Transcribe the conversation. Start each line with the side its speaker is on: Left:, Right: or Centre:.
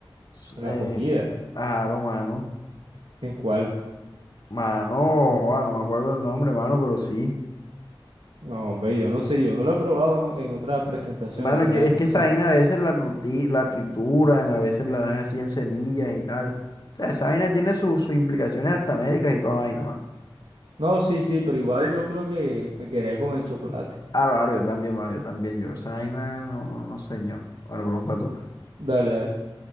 Left: S-
Right: La
Left: Eh,
Right: comida,
Left: ajá, no, mano.
Right: ¿en cuál?
Left: Mano, joa, no me acuerdo el nombre, mano, pero sí.
Right: No, ve, yo no sé, yo no lo he probado en, en otras presentaciones
Left: Mano, es
Right: ya,
Left: que,
Right: entonces.
Left: es que esa vaina a veces la, ruti- la trituran, a veces la dan así en semillas y tal. O sea, esa vaina tiene sus sus implicaciones hasta médicas y toda vaina, mano.
Right: No, sí, sí, pero igual yo creo que me quedaría con el chocolate.
Left: Claro, claro, yo también, mano, yo también, yo. Esa vaina, no, no, no, señor. Bueno, pregunta tú.
Right: Dale, dale.